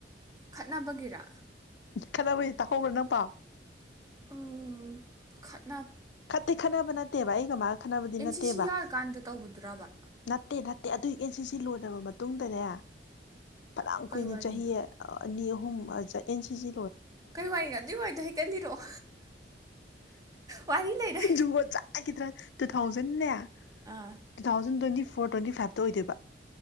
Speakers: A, on the right; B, on the left.
A: ꯈꯠꯅꯕꯒꯤꯔ
B: ꯈꯠꯅꯕꯩ ꯇꯥꯍꯧꯕ꯭ꯔꯥ ꯅꯪ ꯄꯥꯥꯎ
A: ꯎꯝ ꯈꯠ
B: ꯈꯠꯇꯦ ꯈꯠꯅꯕ ꯅꯠꯇꯦꯕ ꯑꯩꯒ ꯃꯥꯒ ꯈꯠꯅꯕꯗꯤ
A: ꯑꯦꯟ
B: ꯅꯠꯇꯦꯕ
A: ꯁꯤ ꯁꯤ ꯌꯥꯎꯔꯤꯀꯥꯟꯗ ꯇꯧꯕꯗꯨꯔꯕ
B: ꯅꯠꯇꯦ ꯅꯠ ꯇꯦ ꯑꯗꯨꯏ ꯑꯦꯟ ꯁꯤꯁꯤ ꯂꯣꯏꯔꯕ ꯃꯇꯨꯡꯗꯅꯦ ꯐꯅꯥꯝ
A: ꯀꯩ
B: ꯀꯨꯏꯅ
A: ꯋꯥꯔꯤꯅꯣ
B: ꯆꯍꯤ ꯑꯅꯤ ꯑꯍꯨ ꯍꯨꯝ ꯃꯥ ꯆ ꯑꯦꯟ ꯁꯤꯁꯤ
A: ꯀꯩ ꯋꯥꯔꯤꯅꯣ ꯑꯗꯨꯏ ꯋꯥꯏꯔꯤꯗꯣ ꯍꯦꯛꯇ ꯂꯤꯔꯛꯑꯣ ꯋꯥꯔꯤ ꯂꯩꯔꯦ
B: ꯖꯨꯒꯣꯠ ꯆꯥꯒꯤꯗ꯭ꯔꯥ ꯇꯨ ꯊꯥꯎꯖꯟꯦ
A: ꯑꯥ
B: two thousand June twenty four twenty ꯐꯥꯏꯚꯇ ꯑꯣꯏꯗꯣꯏꯕ